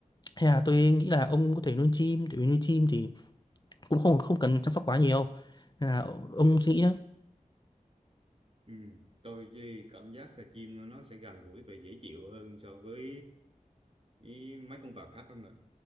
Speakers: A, on the left; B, on the right.
A: hay là tôi nghĩ là ông có thể nuôi chim tại vì nuôi chim thì cũng không không cần chăm sóc quá nhiều nên là ông suy nghĩ nhá
B: Ừm, Tôi thì cảm giác là chim nó sẽ gần gũi và dễ chịu hơn so với ý, mấy con vật khác không ạ?